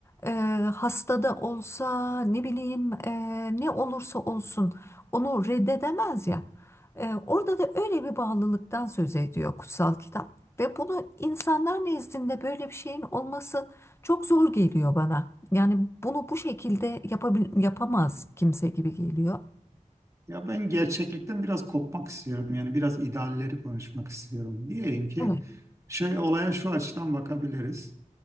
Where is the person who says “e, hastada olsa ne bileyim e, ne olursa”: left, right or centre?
Left